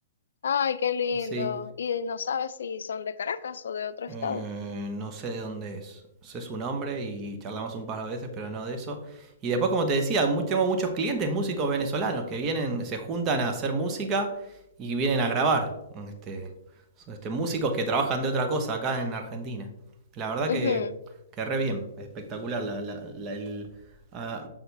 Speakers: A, on the left; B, on the right.
A: Ay, qué lindo.
B: Sí,
A: Y no sabes si son de Caracas o de otro
B: Eh,
A: estado.
B: no sé de dónde es. Sé su nombre y charlamos un par de veces, pero no de eso. Y después, como te decía, mu- tengo muchos clientes músicos venezolanos que vienen, se juntan a hacer música y vienen a grabar. Este, son, este, músicos que trabajan de otra cosa acá en Argentina. La verdad que,
A: Ujú.
B: que re bien, espectacular. La, la- la- el- ah,